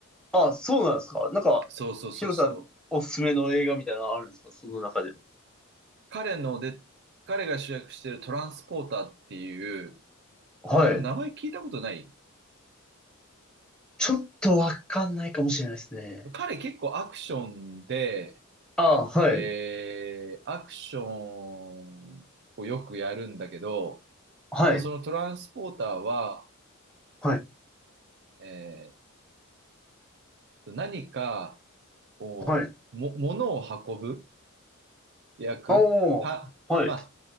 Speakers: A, in the centre; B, on the right.
A: あ、そうなんですか。なんか、
B: そうそうそうそう。
A: ヒロさん、おすすめの映画みたいなのあるんですかその中でも。
B: 彼ので、彼が主役してるトランスポーターっていう、
A: はい。
B: 多分名前聞いたことない
A: ちょっとわかんないかもしれないですね。
B: 彼結構アクションで、
A: ああ、はい。
B: えー、アクションをよくやるんだけど、
A: はい。
B: まあ、そのトランスポーターは、
A: はい。
B: えー、何かを、
A: はい。
B: も、物を運ぶ役は、
A: おー。はい。
B: まあ、